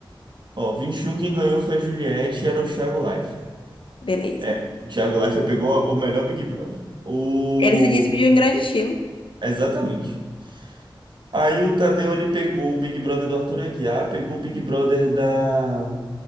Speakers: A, on the right; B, on the left.
A: Ó, 21, quem ganhou foi a Juliette, era o Thiago Leifert.
B: Beleza.
A: É, o Thiago Leifert pegou o melhor Big Brother. O...
B: Ele se despediu em grande estilo.
A: Exatamente. Aí o Tadeu, ele pegou o Big Brother do Arthur Aguiar, pegou o Big Brother da...